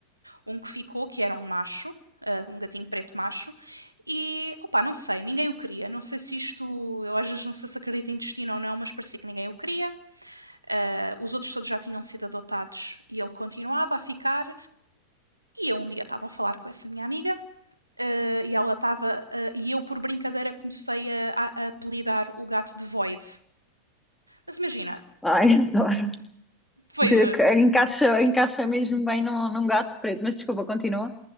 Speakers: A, on the right (about 85°); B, in the centre.
A: um que ficou, que era um macho, eh, um gatinho preto macho, e opá, não sei, ninguém o queria. Não sei se isto, eu às vezes não sei se acredito em destino ou não, mas parecia que ninguém o queria. Eh, os outros todos já tinham sido adotados e ele continuava a ficar. E eu um dia estava a falar com essa minha amiga. eh, e ela estava, eh, e eu por brincadeira comecei a, a- a apelidar o gato de Void. Mas imagina,
B: Ai, adoro.
A: veja,
B: De- encaixa, encaixa mesmo bem num, num gato preto. Mas desculpa, continua